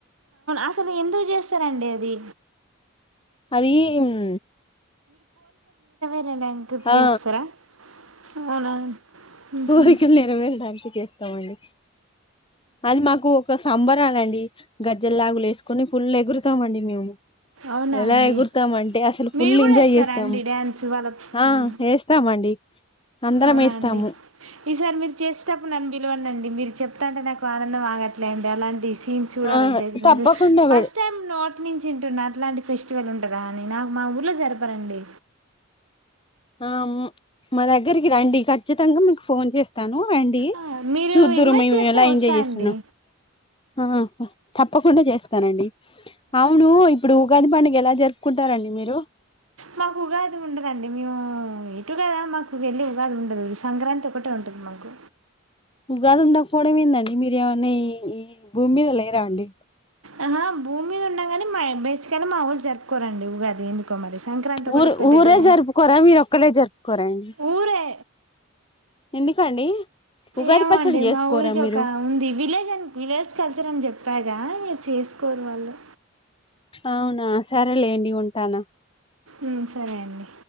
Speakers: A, on the right; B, on the left.
A: అసలు ఎందుకు చేస్తారండి అది
B: అధీ ఉమ్
A: నన్ నంకృర్తి
B: ఆ
A: చేస్తారా అవునా ఉహుం.
B: కోరిక నెరవేరేదానికి చేస్తామండి అది మాకు ఒక సంబరాాలండి గజ్జల్ లాగులు వేసుకొని ఫుల్ ఎగురుతాం అండి మేము
A: అవునా
B: ఎలా
A: అండి
B: ఎగురుతాం అంటే అసలు ఫుల్
A: మీరు కూడా
B: ఎంజాయ్
A: ఇస్తారాండి
B: చేస్తాము
A: డ్యాన్స్ వాళ్ళ
B: ఆ
A: ఉమ్
B: వేస్తామండి అందరం
A: అవునా
B: వేస్తాము
A: అండి ఈసారి మీరు చేసేటప్పుడు నన్ను పిలువ అండి మీరు చెప్తా అంటే నాకు ఆనందం ఆగట్లేండి అలాంటి సీన్ చూడాల
B: ఆ
A: <inaudible>
B: తప్పకుండా
A: ఫస్ట్
B: పె
A: టైమ్ నోట్ నుంచి వింటున్నాను అట్లాంటి ఫెస్టివల్ ఉంటుందా అని నాకు మా ఊర్లో జరపరండి
B: ఆ ఉమ్ మా దగ్గరికి రండి ఖచ్చితంగా మీకు ఫోన్ చేస్తాను రండి
A: ఆ మీరు
B: చూద్దురు
A: ఇన్వైట్
B: మేము
A: చేస్తే
B: ఎలా
A: వస్తాండి
B: ఎంజాయ్ చేస్తున్నాం ఆ తప్పకుండా చేస్తానండి అవును ఇప్పుడు ఉగాది పని ఎలా జరుపుకుంటారండి మీరు
A: మాకుఉగాది ఉండదండి మేము ఎటు కదా మాకు వెళ్ళి ఉగాది ఉండదు సంక్రాంతి ఒకటే ఉంటుంది మాకు
B: ఉగాదు ఉండకపోవడమెందన్డి మీరు ఏమన్నా ఈ భూమి మీద లేరా అండి
A: ఆహా భూమి మీద ఉన్నాగాని మా బేసిగానే మా ఊలో జరుపుకోరండి ఉగాది ఎందుకో మరి సంక్రాంతి ఒకటి
B: ఊరు
A: పెద్ద
B: ఊరే
A: గ్రాండ్
B: జరుపుకోరా మీరు ఒక్కలే జరుపుకోరా అండి
A: ఊరే
B: ఎందుకండి ఉగాది
A: ఏమోండీ
B: పచ్చడి చేసుకోరా
A: మా ఊరికి ఒక
B: మీరు
A: ఉంది విలేజ్ అన్ విలేజ్ కల్చర్ అని చెప్పాగా ఇ చేసుకోరు వాళ్ళు
B: అవునా సరేలేండి ఉంటాను
A: ఉమ్ సరే అండి